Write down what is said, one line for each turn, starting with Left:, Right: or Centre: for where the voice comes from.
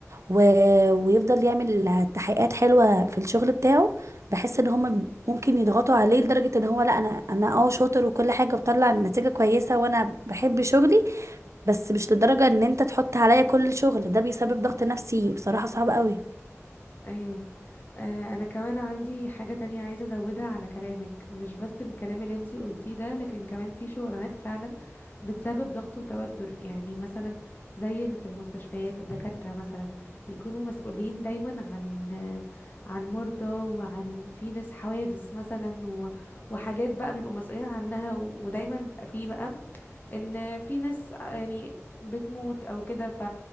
Right: و... ويفضل يعمل تحقيقات حلوه في الشغل بتاعه بحس ان هم ممكن يضغطوا عليه لدرجه ان هو لا انا انا اه شاطر وكل حاجه وبطلع نتيجه كويسه وانا بحب شغلي بس مش لدرجه ان انت تحط عليا كل الشغل ده بيسبب ضغط نفسي بصراحه صعب قوي
Left: ايوه آه، انا كمان عندي حاجة تانية عايزة ازودها على كلامك مش بس الكلام اللي انتي قلتيه ده لكن كمان في شغلانات فعلا بتسبب ضغط وتوتر يعني مثلا زي اللي في المستشفيات الدكاترة مثلا بيكونوا مسؤولين دايما عن آه، عن مرضى وعن في ناس حوادث مثلا و- وحاجات بقى بيبقوا مسؤولين عنها و- ودايما بيبقى في بقى ان في ناس يعني بتموت او كده ف...